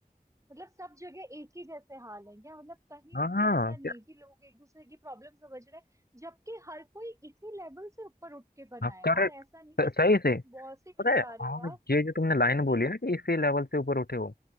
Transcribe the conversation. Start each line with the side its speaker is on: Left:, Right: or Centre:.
Right: मतलब सब जगह एक ही जैसे हाल है क्या मतलब कहीं
Left: हाँ
Right: भी भी ऐसा नहीं
Left: यार
Right: है कि लोग एक दूसरे की प्रॉब्लम समझ रहे हैं जबकि हर कोई इसी लेवल से ऊपर उठ के बना
Left: हाँ
Right: है यार
Left: करेक्ट
Right: ऐसा नहीं कि सीधे
Left: सही
Right: तुम
Left: से
Right: बॉस ही बन
Left: पता है
Right: जा रहे
Left: हाँ
Right: हो यार
Left: ये जो तुमने लाइन
Right: वही
Left: बोली है ना कि इसी लेवल से ऊपर उठे हो